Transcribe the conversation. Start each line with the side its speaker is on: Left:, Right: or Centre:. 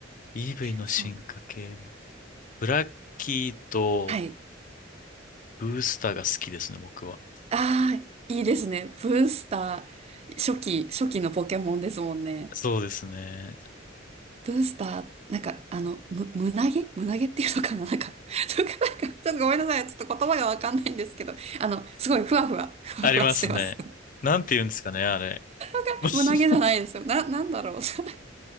Left: EV の進化系も、
Right: そうな。
Left: ブラッキーと
Right: はい。
Left: ブースターが好きですね、僕は。
Right: ああ、いいですね。ブースター、初期、初期のポケモンですもんね。
Left: そうですね。
Right: ブースター、なんか、あの、む、胸毛胸毛っていうのかななんか、<laughs> とか、なんか、ちょっとごめんなさい。ちょっと言葉がわかんないんですけど、あの、すごいふわふわ、ふわふわしてます。
Left: ありますね。なんて言うんですかね、あれ。
Right: <laughs>
Left: <laughs> ち
Right: 胸毛じゃないですよ。な、なんだろう。<laughs>